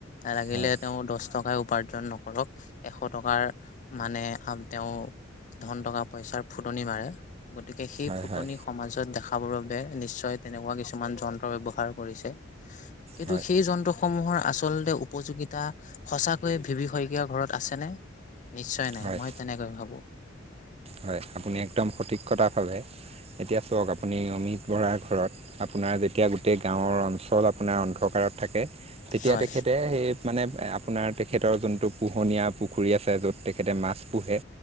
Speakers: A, on the left; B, on the right.
A: লাগিলে।
B: হয়
A: তেওঁ দহ টকাই উপাৰ্জন নকৰক এশ টকাৰ মানে তেওঁ ধন টকা পইচাৰ ফুটনি মাৰে গতিকে সেই
B: হয়
A: ফুটনি
B: হয়
A: সমাজত দেখাবৰ বাবে নিশ্চয় তেনেকুৱা কিছুমান যন্ত্ৰ ব্যৱহাৰ কৰিছে। কিন্তু
B: হয়
A: সেই যন্ত্ৰসমূহৰ আচলতে উপযোগিতা সঁচাকৈয়ে ভিভি শইকীয় ঘৰত আছেনে? নিশ্চয় নাই
B: হয়
A: মই তেনেকৈ ভাবো।
B: হয়, আপুনি একদম সঠিক কথাভাৱে এতিয়া চাওক আপুনি অমিত বৰাৰ ঘৰত। আপোনাৰ যেতিয়া গোটেই গাঁৱৰ অঞ্চল আপোনাৰ অন্ধকাৰত থাকে, তেতিয়া
A: হয়।
B: তেখেতে সেই মানে আপোনাৰ তেখেতৰ যোনটো পোহনীয়া পুখুৰী আছে য'ত তেখেতে মাছ পোহে।